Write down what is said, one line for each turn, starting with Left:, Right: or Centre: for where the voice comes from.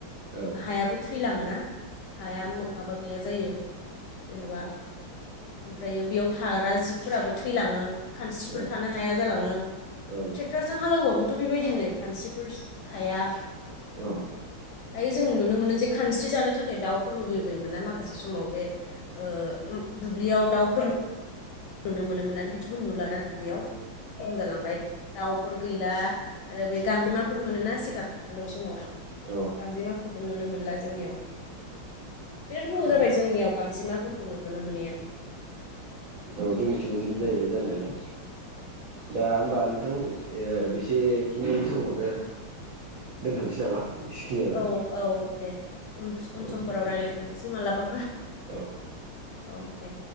Right: औ
Left: हायाबो थैलाङोना हाया माबा गैया जायो जेनेबा ओमफ्रायो बेयाव थाग्रा जिबफोराबो थैलाङो खानस्रिफोर
Right: औ
Left: थानो हाया जालाङो
Right: ओहो
Left: थेक्टरजों हालेवबाबोथ बेबायदिनो खानस्रिफोर थाया
Right: औ
Left: दायो जों नुनो मोनो जे खानस्रि जानो थाखाय दाउफोरबो बिरबायो मोना माखासे समाव बे ओ उम दुब्लियाव दाउफोर नुनो मोनोमोन ना बि दिखौनो नुलाना दुब्लियाव खम जालांबाय दाउफोर गैला आरो बै गांजेमाफोर मोनोमोनना सिगां हालेव समाव
Right: औ
Left: गांजेमाखौ नुनो मोनला जोंनियाव बिराद गोबाव
Right: औ
Left: जाबाय जोंनियाव गांजेमाफोरखौ नुनो मोनैया
Right: औ जोंनिथिबो बिदिनो जाहैबाय जानायालाय दा होमबा ओ नोंथां एसेखिनि समखौनो दोनथनोसै नामा बेसेखिनियावनो
Left: औ औ दे उनस उन
Right: औ
Left: समफोराव
Right: जागोन
Left: रायलायफिननोसै
Right: दे
Left: मालाबा
Right: औ
Left: औ दे